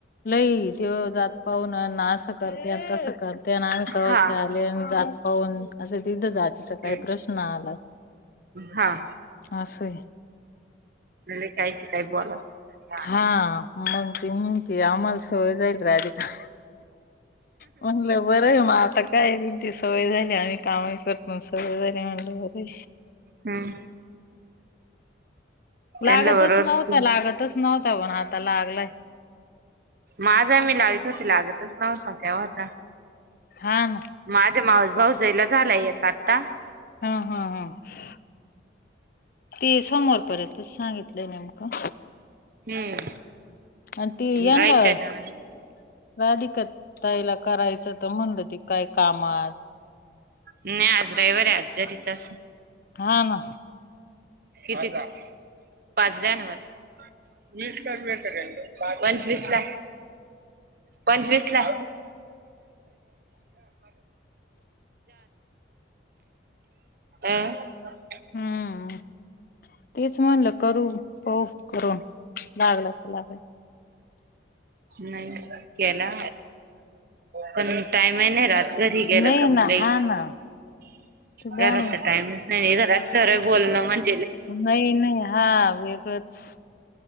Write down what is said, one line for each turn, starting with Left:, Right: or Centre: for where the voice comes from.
Left: लई तेव जात. पाहूनन अस करत्यात तसं करत्यात आम्ही केव्हाच
Right: हा
Left: आल्यानं <unintelligible> पाऊन असं तिथं जातीचा काय
Right: हम्म
Left: प्रश्न आला.
Right: हा
Left: असंय.
Right: लय कायच काय बोलावत्या
Left: हा मग त म्हगती आम्हाला सवय झाली राधिका. म्हणलं बरं आहे म आता काय तुमची सवय झाली आम्ही कामही करतो अन् सवय झाली म्हणलं बरंय.
Right: हम्म त्यांना
Left: लागतच
Right: बरोबर
Left: नव्हता लागतच नव्ह <unintelligible> आता लागलाय.
Right: माझा मी लावीत होते लागतच नव्हत केव्हाचा.
Left: हा ना
Right: माझा मावस भाऊजाईला झालाय एक आत्ता.
Left: हं, हं, हं, ते समोर पर्यंतच सांगितलंय नेमकं.
Right: हम्म.
Left: आणि ते यांला
Right: राहील काय त्यान
Left: राधी ताईला करायच तर म्हणलं ती काय कामात.
Right: नाही आज रविवार आहे आज घरीच असल.
Left: हा ना
Right: किती पाच द्या ना वर. वीस ला मिळत का? पंचवीस ला. पंचवीसला आहे. <unintelligible> <unintelligible>
Left: हम्म तेच म्हणलं करू पाहू. करून लागलं तर लागल.
Right: नाही केला पण टाईम ही नाही राहत. घरी गेलं
Left: नाही
Right: का म
Left: ना
Right: लई
Left: हा ना तू काय
Right: घरात
Left: म्हण
Right: तर टाईम नाही नाही जरा खर बोलण. <unintelligible>
Left: नाही नाही हा वेगळच.